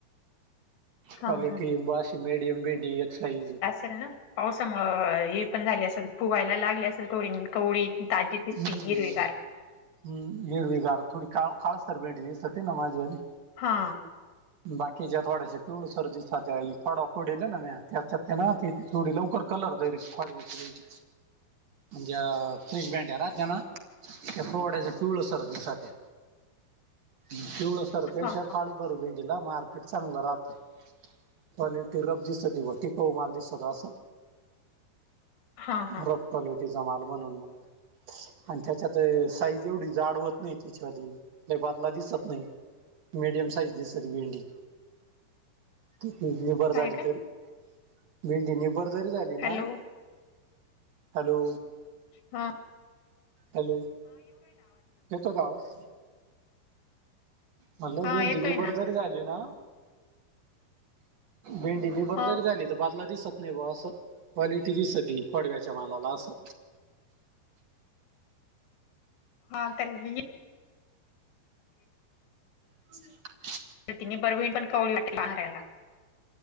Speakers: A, on the left; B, on the right.
A: हा
B: क्वालिटी
A: हा
B: बाशी मीडियम भिंडी एक साईज.
A: तल ना पावसामुळे हे पण झाले असेल फुगायला लागले असेल थोडी कवळी ताजी
B: हम्म.
A: दिसती हिरविगार.
B: हम्म. हिरवी गार, थोडी का काळसर भेडी दिसते ना माझीवाली.
A: हा.
B: बाकी ज्या थोड्याश्या पिवळसर दिसात फडा पडले ना म त्याच्यात ना ती थोडी लवकर कलर दे पाणी होईल, आणि त्या <unintelligible> राहत्या ना ते थोड्याशा पिवळं सर दिसत आहे. पिवळसर पेक्षा
A: हा
B: काळी भर भेंडीला मार्केट चांगलं राहतंय. क्वालिटी रब दिसती ब टिकऊ माल दिसतं असं.
A: हा हा
B: रफ क्वालिटीचा माल बनवून मग. आणि त्याच्यात साईज एवढी जाड होत नाही <unintelligible> लय बादला दिसत नाही. मीडिम सईज दिसते भेंडी. किती निभर झाली
A: काय काय
B: तर, भेंडी निभर जरी झाली
A: Hello
B: ना. hello.
A: हां.
B: हॅलो येतोय का आवाज? हॅलो
A: हा
B: भेंडी
A: येतोय
B: निभरजरी
A: ना
B: झाली ना निबरजरी
A: हा
B: झाली ते बादला दिसत नाही बा असं क्वालिटी दिसती पडव्याच्या मलाला असं.
A: हा त्यांनी ही
B: <inaudible>
A: ति मी बरवहीण पण कवळी वाटते पहारयला.